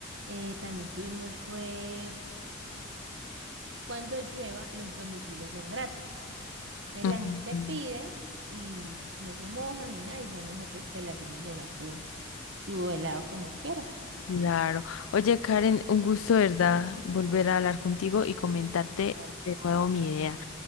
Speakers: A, on the right; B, on the left.
A: eh, también tuvimos fue, cuando llueva, los domicilios son gratis. Entonces
B: Ujú.
A: la gente pide y no se moja ni nada, y ya nosotros pues le hacemos llegar su, su helado como quiera.
B: Claro. Oye, Karen, un gusto, ¿verdad? Volver a hablar contigo y comentarte
A: Vale,
B: de nuevo mi idea.